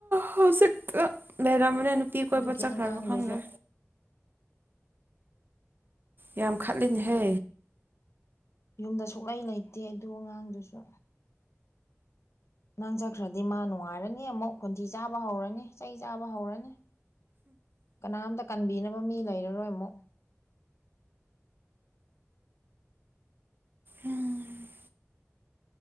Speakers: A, on the right; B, on the left.
A: ꯍꯧꯖꯤꯛꯇ ꯂꯩꯔꯝꯕꯅꯦ ꯅꯨꯄꯤ ꯀꯣꯏꯕ
B: ꯑꯗꯨꯒꯤ
A: ꯆꯠꯈ꯭ꯔꯕ
B: ꯑꯉꯥꯡꯗꯨꯁꯨ
A: ꯈꯪꯒꯦ ꯌꯥꯝꯈꯥꯟ ꯂꯩꯍ
B: ꯌꯨꯝꯗ ꯁꯣꯛꯂꯩ ꯂꯩꯇꯦ ꯑꯗꯨ ꯑꯉꯥꯡꯗꯨꯁꯨ ꯅꯪ ꯆꯠꯈ꯭ꯔꯗꯤ ꯃꯥ ꯅꯨꯡꯉꯥꯏꯔꯅꯤ ꯑꯃꯨꯛ ꯈꯣꯟꯊꯤ ꯆꯥꯕ ꯍꯧꯔꯅꯤ ꯆꯩ ꯆꯥꯕ ꯍꯧꯔꯅꯤ ꯀꯅꯥꯝꯇ ꯀꯟꯕꯤꯅꯕ ꯃꯤ ꯂꯩꯔꯔꯣꯏ ꯑꯃꯨꯛ
A: ꯎꯝ